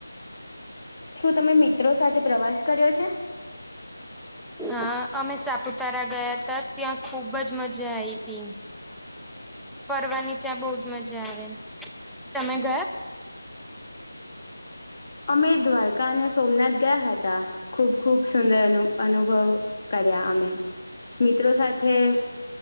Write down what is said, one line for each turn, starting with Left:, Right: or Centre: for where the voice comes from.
Left: શું તમે મિત્રો સાથે પ્રવાસ કર્યો છે.
Centre: હા અમે સાપુતારા ગયા તા ત્યાં ખુબ જ મજા આઈ હતી. ફરવાની ત્યાં બહુજ મજા આવે તમે ગયા તા.
Left: અમે દ્વારકા અને સોમનાથ ગયા હતા ખુબ ખુબ સુંદર અનુ અનુભવ. કર્યા અમે મિત્રો સાથે.